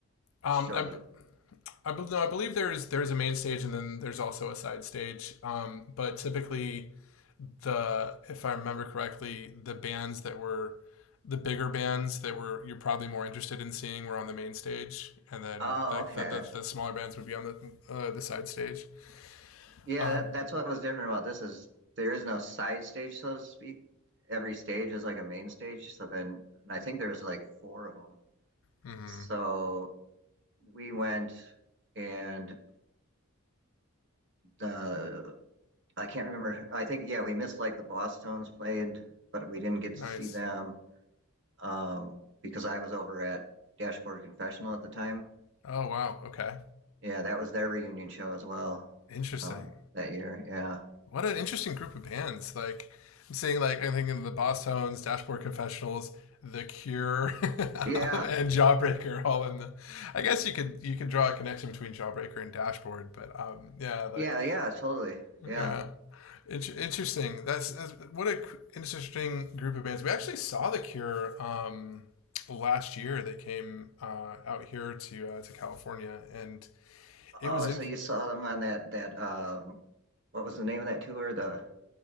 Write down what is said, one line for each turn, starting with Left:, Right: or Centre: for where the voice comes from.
Left: Um.
Right: shows
Left: I, b- I b- no. I believe there's there's a main stage and then there's also a side stage. Um. But typically the if I remember correctly, the bands that were the bigger bands that were you're probably more interested in seeing were on the main stage, and then
Right: Oh,
Left: like
Right: okay.
Left: the the, the smaller bands would be on the uh, the side stage.
Right: Yeah,
Left: Um,
Right: that, that's what was different about this is there is no side stage, so to speak. Every stage is like a main stage. So then, and I think there was like four of them.
Left: mhm.
Right: So we went and the I can't remember. I think yeah, we missed like the Boston's played, but we didn't get
Left: nice.
Right: to see them um, because I was over at Dashboard Confessional at the time.
Left: Oh wow. Okay.
Right: Yeah, that was their reunion show as well
Left: Interesting.
Right: um, that year. Yeah,
Left: What an interesting group of bands. Like I'm seeing like i think of the Boss Tones, Dashboard Confessionals, The Cure, <laughs> and
Right: yeah,
Left: Jawbreaker all in the. I guess you could you could draw a connection between Jawbreaker and Dashboard, but um yeah like
Right: yeah, yeah, totally. Yeah.
Left: Yeah. In- interesting. That's, that's what a c- interesting group of bands. We actually saw The Cure um, last year. They came uh, out here to uh, to California, and it
Right: Oh,
Left: was in.
Right: so you saw them on that that um what was the name of that tour? The